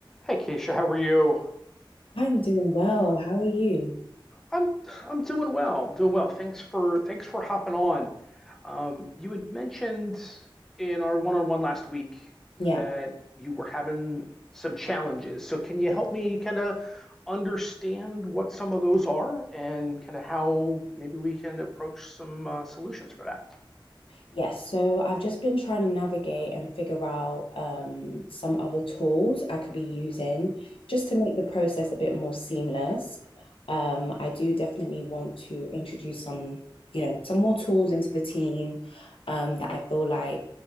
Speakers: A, in the centre; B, on the left (about 80°).
A: Hey Keisha, how are you?
B: I'm doing well. How are you?
A: I'm I'm doing well. I'm doing well. Thanks for thanks for hopping on. Um, you had mentioned in our one-on-one last week
B: Yeah.
A: that you were having some challenges. So can you help me kind of understand what some of those are and kind of how maybe we can approach some uh, solutions for that?
B: Yes. So I've just been trying to navigate and figure out um, some other tools I could be using just to make the process a bit more seamless. Um, I do definitely want to introduce some, you know, some more tools into the team um, that I feel like,